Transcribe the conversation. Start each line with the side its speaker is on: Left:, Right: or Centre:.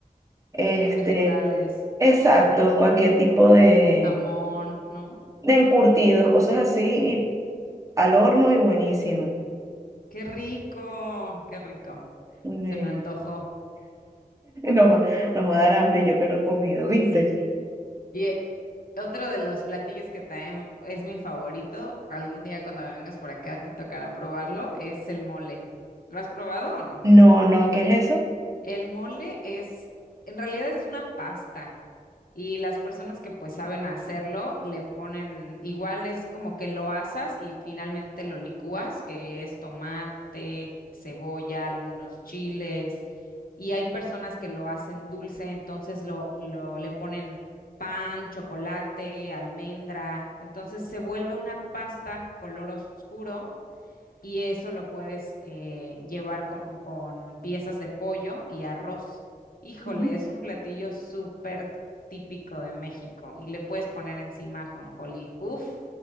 Right: este,
Left: Vegetales.
Right: exacto, cualquier tipo de
Left: Jamón, ¿no?
Right: de encurtidos, cosas así, y al horno y buenísimo.
Left: Qué rico, qué rico.
Right: Ujú.
Left: Se me antojó.
Right: <laughs> Nos va, nos va a dar hambre y yo que no he comido, ¿viste?
Left: Sí. Y eh, otro de los platillos que también es mi favorito, algún día cuando vengas por acá te tocará probarlo, es el mole. ¿Lo has probado o no?
Right: No, no, ¿qué es eso?
Left: El mole es, en realidad es una pasta y las personas que pues saben hacerlo le ponen, igual es como que lo asas y finalmente lo licúas, que es tomate, cebolla, algunos chiles y hay personas que lo hacen dulce, entonces lo, lo le ponen pan, chocolate, almendra, entonces se vuelve una pasta color oscuro y eso lo puedes eh, llevar con, con piezas de pollo y arroz. Híjole,
Right: Ujú.
Left: es un platillo súper típico de México y le puedes poner encima ajonjolí. Uf,